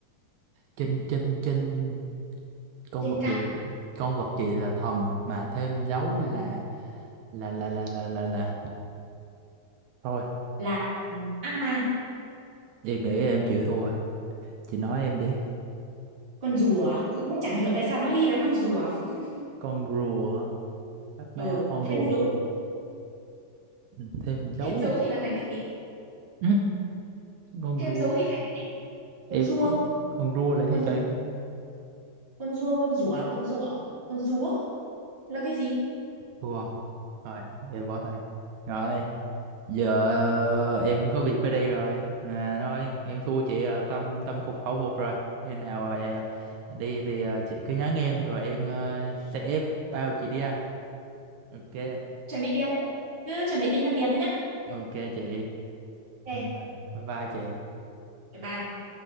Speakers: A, on the right (about 80°); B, on the right (about 30°).
A: trên trên trên con
B: trên
A: vật
B: cạn
A: gì con vật gì là thần mà thêm dấu là là là là là là, là. thôi
B: là ừ, ác ma.
A: em nghĩ em chịu thua chị nói em đi
B: Con rùa, á, chị cũng chẳng hiểu tại sao nó ghi là con rùa. <laughs>
A: con rùa hả? các ma
B: Ừ,
A: con
B: thêm
A: rùa
B: dấu,
A: mình thêm dấu
B: thêm dấu thì
A: à?
B: là thành cái gì?
A: ừ, con
B: Thêm
A: rùa
B: dấu thì thành cái con
A: em
B: rùa,
A: con rùa là gì
B: con
A: trời
B: con rùa, con rùa, con rùa, con rùa là cái gì?
A: rùa rồi em bỏ tay rồi giờ ờ, em có việc phải đi rồi mà thôi em thua chị ờ, tâm tâm phục khẩu phục rồi khi nào ờ, đi thì ờ, chị cứ nhắn em rồi em ờ, sẽ bao chị đi ăn ok
B: Chuẩn bị tiền đấy. Cứ chuẩn bị tinh thần tiền đấy nhá.
A: ok chị
B: Ok,
A: rồi bye bye chị
B: bye. bye.